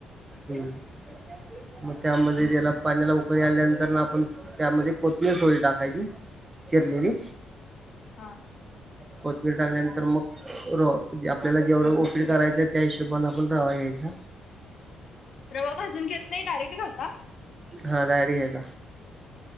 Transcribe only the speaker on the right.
हम्म मग त्यामध्ये त्याला पाण्याला उकळी आल्यानंतर आप ''--'' पण त्यामध्ये कोथीर थोडी टाकायची चिरलेली.
कोथबिरी टाकल्यानंतर मग. र आपल्याला जेवढं ओपीड करायचं त्या हिशोबने आपण रवा घ्यायचा.
हा डायरेक्ट घ्यायचा.